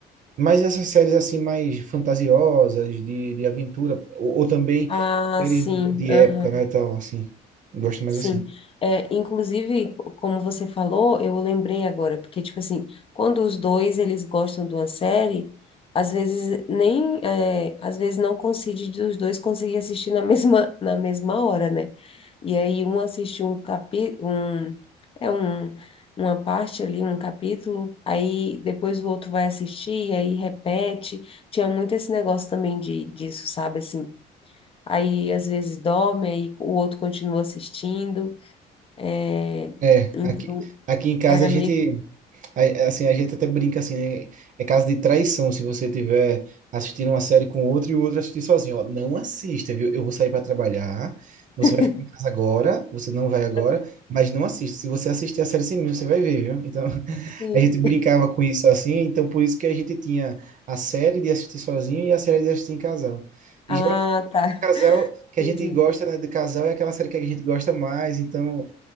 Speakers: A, on the right; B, on the left.
A: mas essas séries, assim, mais fantasiosas, de, de aventura, ou, ou também
B: Ah,
A: séries
B: sim,
A: de, de
B: aham.
A: época, né? Então, assim, gosto mais
B: Sim,
A: assim.
B: é, inclusive, como você falou, eu lembrei agora, porque, tipo assim, quando os dois, eles gostam de uma série, às vezes nem, é, às vezes não coincide dos dois conseguir assistir na <laughs> mesma, na mesma hora, né? E aí um assiste um capi, um, é um, uma parte ali, um capítulo, aí depois o outro vai assistir, aí repete, tinha muito esse negócio também de, disso, sabe, assim, aí às vezes dorme, aí o outro continua assistindo, é,
A: É,
B: então,
A: aqui, aqui em casa
B: era
A: a gente.
B: meio.
A: a- Assim, a gente até brinca assim, né? É caso de traição se você tiver assistindo uma série com outro e o outro assistir sozinho. Ó, não assista, viu? Eu vou sair para trabalhar,
B: <laughs>
A: você vai ficar em casa agora, você não vai agora,
B: Aham,
A: mas não assiste. Se você assistir a série sem mim, você vai ver, viu? Então, <laughs>
B: Sim.
A: a gente brincava com isso assim, então por isso que a gente tinha a série de assistir sozinho e a série de assistir em casal.
B: Ah,
A: E geralmente a
B: tá.
A: série de casal que
B: Entendi.
A: a gente gosta, né, de casal é aquela série que a gente gosta mais, então